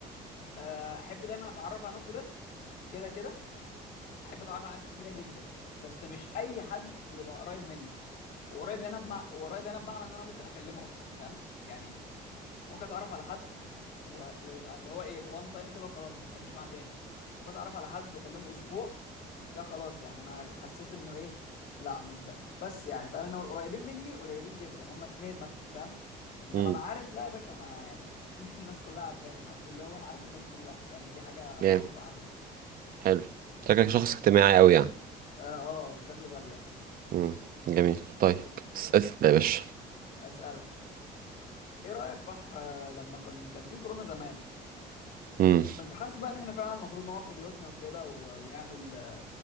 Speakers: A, on the left; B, on the right.
A: آه، احب دايما اتعرف على ناس جداد كده كده احب اتعرف على ناس كتيره جدا بس مش اي حد يبقى قريب مني وقريب هنا بمع... وقريب هنا بمعنى ان انا ممكن اكلمه اصلا فاهم يعني ممكن اتعرف على حد و... ويبقى اللي هو ايه وان تايم كده وخلاص ما اتكلمش معاه تاني ممكن اتعرف على حد واكلمه اسبوع كده خلاص يعني انا حسيت انه ايه لا مش ده بس يعني فاهم انما القريبين مني قليلين جدا هما اتنين مثلا فاهم انما
B: امم
A: معارف لا يا باشا انا يعني <laughs> الناس كلها عارفاني الحمد لله وانا عارف الناس كلها يعني دي حاجة
B: جامد
A: معروفة عني يعني
B: حلو شكلك شخص اجتماعي قوي يعني
A: اه آه، بشكل غبي يعني
B: امم جميل طيب
A: بس
B: بس اسال يا باشا
A: اسالك ايه رايك فح آه، لما كان كان في كورونا زمان
B: امم
A: كنت حاسس بقى ان احنا فعلا المفروض نقعد في بيوتنا وكده و- ونعمل